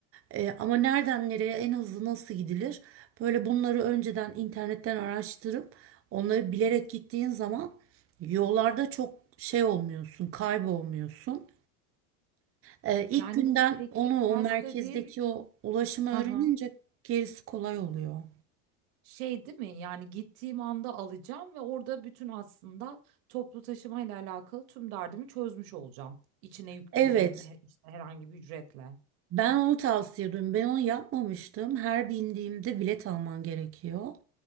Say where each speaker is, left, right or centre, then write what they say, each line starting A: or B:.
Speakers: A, on the right; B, on the right.
A: E, ama nereden nereye en hızlı nasıl gidilir? Böyle bunları önceden internetten araştırıp onları bilerek gittiğin zaman yollarda çok şey olmuyorsun, kaybolmuyorsun. E, ilk
B: Yani
A: günden
B: bu peki
A: onu
B: test
A: o merkezdeki
B: dediğin
A: o ulaşımı öğrenince
B: hı hı,
A: gerisi kolay oluyor.
B: şey değil mi? Yani gittiğim anda alacağım ve orada bütün aslında toplu taşıma ile alakalı tüm derdimi çözmüş olacağım. İçine yükleyeceğim
A: Evet,
B: he- işte herhangi bir ücretle.
A: ben onu tavsiye ediyorum. Ben onu yapmamıştım. Her bindiğimde bilet alman gerekiyor.